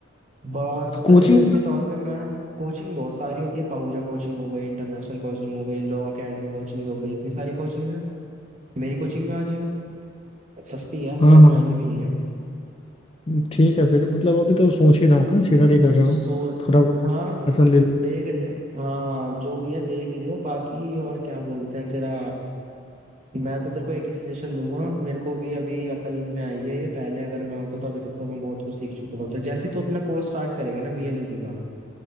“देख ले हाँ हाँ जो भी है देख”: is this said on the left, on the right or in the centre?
Right